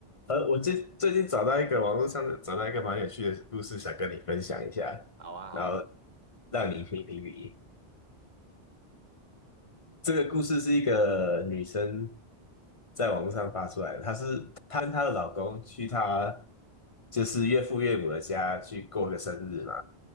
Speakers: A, on the left (about 35°); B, on the right (about 45°).
A: 呃，我最最近找到一个网络上的找到一个蛮有趣的故事，想跟你分享一下，
B: 好啊，
A: 然后
B: 好啊，
A: 让你评评理。这个故事是一个女生在网络上发出来的，她是她跟她的老公去她就是岳父岳母的家去过个生日嘛，